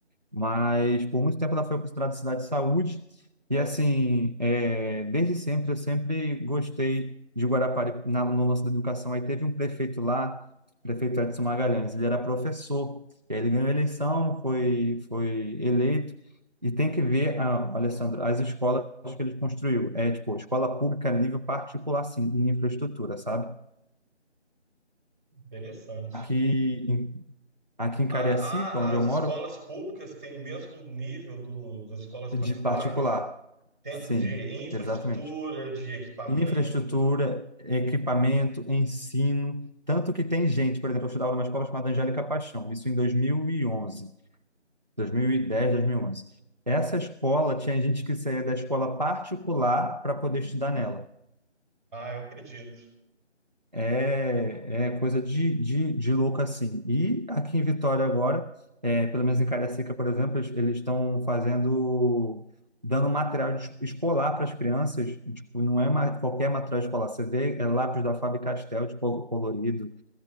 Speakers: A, on the right; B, on the right.
A: mas por muito tempo ela foi considerada cidade de saúde. E assim, é, desde sempre, eu sempre gostei de Guarapari na, no lance da educação. Aí teve um prefeito lá, prefeito Edson Magalhães, ele era professor, e aí ele ganhou a eleição, foi, foi eleito. E tem que ver, ah, Alessandro, as escolas que ele construiu. É tipo, escola pública a nível particular, sim, em infraestrutura, sabe?
B: Interessante.
A: Aqui, em- aqui em Cariacica,
B: A,
A: onde
B: a- as
A: eu moro,
B: escolas públicas têm o mesmo nível do, das escolas
A: de
B: particulares?
A: particular.
B: Tem-
A: Sim,
B: de infraestrutura,
A: exatamente.
B: de equipamento?
A: Infraestrutura, equipamento, ensino, tanto que tem gente, por exemplo, eu estudava numa escola chamada Angélica Paixão, isso em 2011, 2010, 2011. Essa escola tinha gente que saía da escola particular para poder estudar nela.
B: Ah, eu acredito.
A: É, é coisa de, de, de louco assim. E aqui em Vitória agora, é, pelo menos em Cariacica, por exemplo, eles eles estão fazendo, dando material de- escolar para as crianças. Tipo, não é ma- qualquer material escolar. Você vê é lápis da Faber-Castell de col- colorido,